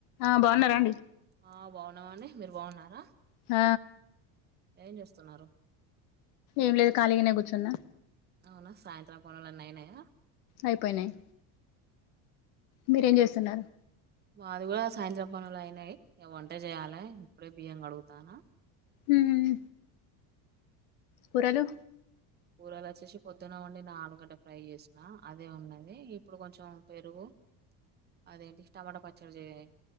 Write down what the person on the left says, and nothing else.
ఆ బావున్నర అండి.
ఆ
ఏంలేదు ఖాళీగనే కూర్చున్నా.
అయిపోయినయి. మీరేం చేస్తున్నారు?
ఉ ఉ కూరలు